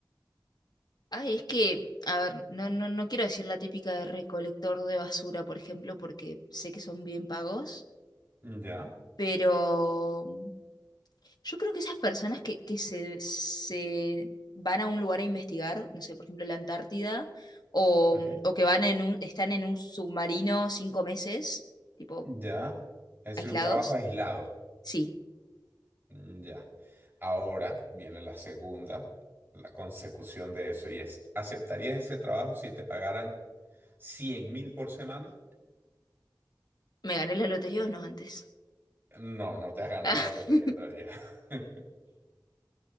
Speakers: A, on the left; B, on the right.
A: Ay, es que, a ver, no, no, no quiero decir la típica de recolector de basura, por ejemplo, porque sé que son bien pagos,
B: Ya,
A: pero mm, yo creo que esas personas que, que se, se van a un lugar a investigar, no sé, por ejemplo, la Antártida, o,
B: ok.
A: mm, o que van en un, están en un submarino cinco meses, tipo,
B: Ya. Es
A: aislados,
B: decir, un trabajo aislado.
A: sí,
B: Mm, Ya. Ahora viene la segunda, la consecución de eso, y es, ¿aceptarías ese trabajo si te pagaran cien mil por semana?
A: me gané la lotería
B: Eh,
A: o no antes.
B: No, no te has ganado
A: <laughs>
B: la lotería todavía. <laughs>